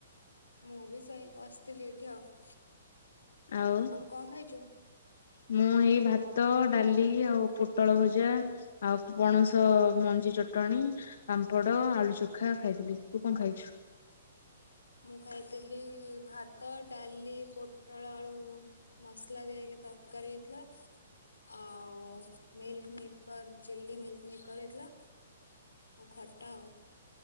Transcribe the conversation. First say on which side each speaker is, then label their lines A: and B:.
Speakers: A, on the left; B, on the left.
A: ମୁଁ ବି ସେଇ ବସିଥିଲି ଏଇଠି ଆଉ।
B: ଆଉ
A: କଣ ଖାଇଛୁ?
B: ମୁଁ ଏଇ ଭାତ ଡାଲି ଆଉ ପୋଟଳ ଭଜା ଆଉ ପଣସ ମଞ୍ଜି ଚଟଣି ପାମ୍ପଡ ଆଳୁ ଚୋଖା ଖାଇଥିଲି ତୁ କଁ ଖାଇଛୁ।
A: ମୁଁ ଖାଇଥିଲି ଭାତ ଡାଲି ପୋଟଳ ଆଳୁ ମସଲା ଦିଆ ହେଇକି ତରକାରୀ ହେଇଥିଲା। ଆଉ ମିଲ୍କ ମିକର ଚିଲ୍ଲି ମିଲ୍କ ମିକର ହେଇଥିଲା। ହୁଁ ଖଟା ଆଉ।